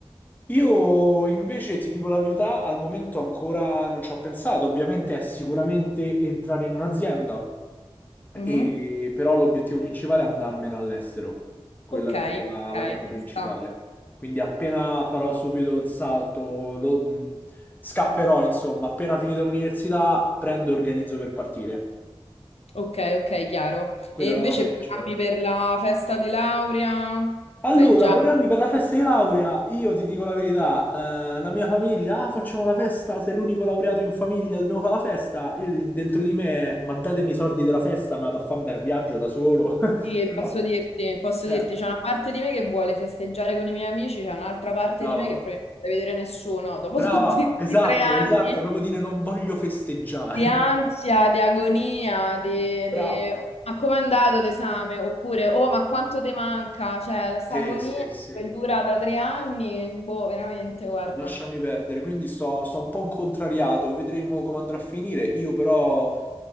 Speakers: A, on the left (about 15°); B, on the left (about 80°).
A: Io invece ti dico la verità, al momento ancora non ci ho pensato, ovviamente è sicuramente entrare in un'azienda.
B: Mhm.
A: E- però l'obiettivo principale è andarmene all'estero. Quella
B: Ok,
A: è proprio la,
B: ok,
A: la cosa
B: ci
A: principale.
B: sta.
A: Quindi appena farò subito il salto, lo- mh, scapperò, insomma, appena finito l'università, prendo e organizzo per partire.
B: Ok, ok, chiaro.
A: Quella
B: E invece
A: è la cosa principale.
B: programmi per la festa di laurea?
A: Allora,
B: Sai già?
A: programmi per la festa di laurea. Io ti dico la verità, eh, la mia famiglia, ah, facciamo la festa, sei l'unico laureato in famiglia, dobbiamo fare la festa. Io di- dentro di me, ma datemi i soldi della festa, me la da fare un bel viaggio da solo. <laughs>
B: Sì,
A: Però,
B: posso dirti, posso
A: eh,
B: dirti, c'è una parte di me che vuole festeggiare con i miei amici, c'è un'altra parte
A: brava.
B: di me che probabilmente non vuole vedere nessuno. Dopo
A: Brava,
B: <laughs> tutti questi
A: esatto,
B: tre anni
A: esatto, proprio dire non voglio festeggiare.
B: di ansia, di agonia, di,
A: <laughs> Brava.
B: di- ma com'è andato l'esame? Oppure, oh, ma quanto ti manca? Cioè, la sta
A: Sì,
B: agonia
A: sì, sì,
B: che dura da tre anni, boh, veramente, guarda.
A: lasciami perdere. Quindi sto, sto un po' contrariato, vedremo come andrà a finire. Io però,